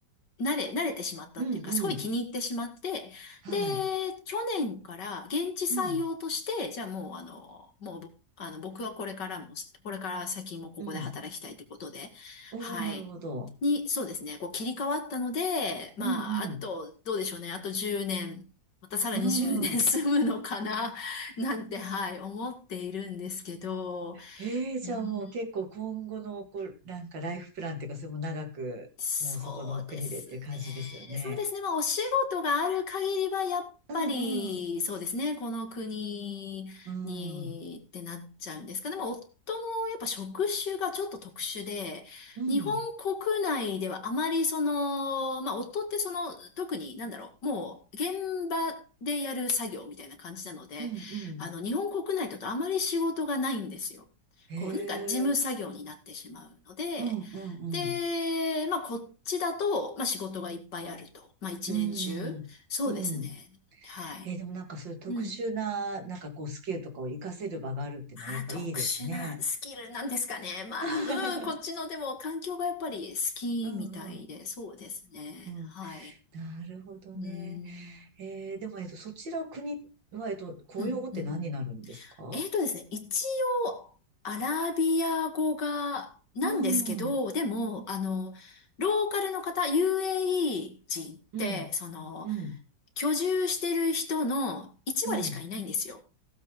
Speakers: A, on the left; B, on the right.
A: 慣れ、慣れてしまったっていうか、
B: うん、うん、
A: すごい気に入ってしまって、
B: はい。
A: で、去年から現地採用として、
B: うん、
A: じゃあもうあの、もうぼ、あの、僕はこれからも、これから先もここで働きたいってことで、
B: うん、おお、
A: はい。
B: なるほど。
A: に、そうですね、こう切り替わったので、まあ、
B: うん、
A: あと、
B: うん。
A: どうでしょうね、あと10年、またさらに10年
B: うん。
A: <laughs> 住むのかな、なんて、はい、思っているんですけど、
B: ええ、じゃあもう結構今後の、
A: うん
B: こう、なんかライフプランっていうか、それも長く、
A: そうですね。
B: もうそこの国でっていう感じですよね。
A: そうですね。まあ、お仕事がある限りは、やっぱり、
B: うんうん。
A: そうですね。この国に、
B: うん。うん
A: ってなっちゃうんですかね。まあ、夫の、やっぱ職種がちょっと特殊で、
B: うん
A: 日本国内ではあまり、その、まあ、夫ってその、特に、なんだろう、もう、現場でやる作業みたいな感じなので、
B: うんうん
A: あの、日本国内だとあまり仕事がないんですよ。
B: へえ。
A: こう、なんか事務作業になってしまうので、
B: うんうんうん。
A: で、まあ、こっちだと、まあ、仕事がいっぱいあると。まあ、一年中。
B: うんうん
A: そうですね。はい。
B: えーでもなんかそういう特殊な、
A: うん。
B: なんかこうスキルとかを活かせる場があるっていうのはやっぱいいですね。
A: ああ、特殊なスキルなんですかね。まあ、
B: <laughs>
A: うん、こっちのでも環境がやっぱり好きみたいで、
B: うんうん。
A: そうですね。
B: うん。
A: はい。
B: なるほどね。
A: うん。
B: えーでも、えっと、そちら国は、えっと、公用語って何になるんですか
A: うん、うん。えーとですね、一応、アラビア語が、なんですけど、
B: うん。うん。
A: でも、あの、ローカルの方、UAE 人って、
B: うん。
A: その、
B: うん。
A: 居住してる人の1割しかいないんですよ。
B: うん。